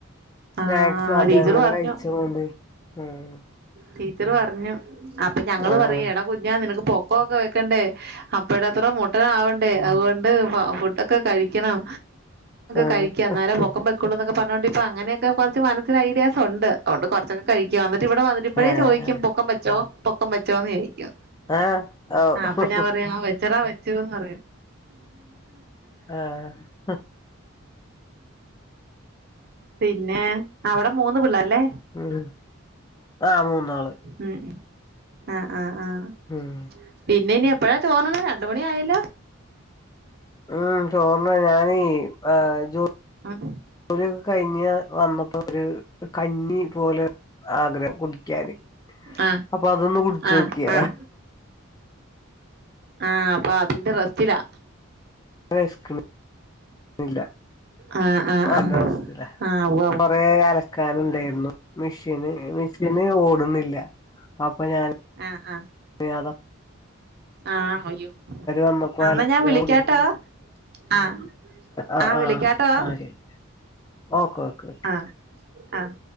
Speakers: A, on the left; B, on the right.
A: സ്നാക്സ്
B: ആഹ്
A: അത്
B: ടീച്ചർ
A: അങ്ങനെ
B: പറഞ്ഞു
A: കഴിച്ചൊണ്ട് ഉം
B: ടീച്ചർ പറഞ്ഞു അപ്പൊ ഞങ്ങള്
A: ആഹ്
B: പറയും എടാ കുഞ്ഞാ നിനക്ക് പൊക്കൊക്കെ വെക്കണ്ടേ അപ്പേടത്ര മുട്ടനാവണ്ടേ അതുകൊണ്ട് ഫുഡൊക്കെ കഴിക്കണം
A: ആഹ്
B: കഴിക്കാം അന്നേരം
A: ആഹ്
B: പൊക്ക ക്കുള്ളുന്നൊക്കെ പറഞ്ഞോണ്ട് ഇപ്പ അനൊക്കെ കുറച്ച് മനസിൽ ഐഡിയാസ് ഉണ്ട്. അതോണ്ട് കൊർ ച്ചൊക്കെ കഴിക്കും. അന്നിട്ട് ഇവടെ വന്നിട്ട് മ്പഴേ
A: ആഹ്
B: ചോദിക്കും പൊക്കം പച്ചോ പൊക്കം പച്ചോന്ന് ചോദിക്കും.
A: ആഹ് ഓഹ്
B: ആ അപ്പൊ ഞാൻ പറയും ആ വെച്ച ച്ചരാ വെച്ചൂന്ന് പറയും
A: ആഹ്
B: പിന്നെ.. അവിടെ മൂന്ന് പിള്ളല്ലേ
A: ഉം ആഹ് മൂന്നാള്
B: ഉം ആഹ് ആഹ് ആഹ്
A: ഉം
B: പിന്നെ ഇനി എപ്പഴാ തോന്നണ രണ്ട് മണി ആയല്ലോ
A: ഉം ചോർന്ന ഞാനീ ആഹ് ജ
B: ഉം
A: ജോലിക്കെ കഴിഞ്ഞ് വന്നപ്പോ ഒരു കഞ്ഞി പോലെ ആഗ്രഹം കുടിക്കാന്
B: ആ
A: അപ്പൊ അതൊന്ന് കുടിച്ചോക്കിയ
B: ആ ആ ആഹ് അപ്പൊ അതിന്റെ റെസ്റ്റിലാ
A: വെശ്ക്ക് ണ് ല്ല
B: ആഹ് ആഹ്
A: അ
B: ആഹ്
A: അവസ്ഥല്ല
B: ആഹ് ഉവ്വ ഉവ്വ
A: കൊറോ അലക്കാൻ ണ്ടായിര്ന്നു മിഷീൻ മിഷിൻ ഓടുന്നില്ല അപ്പ ഞാൻ
B: ആഹ് ആഹ്
A: അ അത
B: ആഹ് അയ്യോ
A: വന്നപ്പോ
B: അന്ന
A: അലക്കാൻ
B: ഞാൻ വിളിക്കാട്ടോ ആഹ്
A: ആ
B: ആഹ്
A: ആ
B: വിളിക്കാട്ടോ
A: ആ ശരി ഓക്കെ ഓക്കേ ഓക്കെ
B: ആഹ് ആഹ്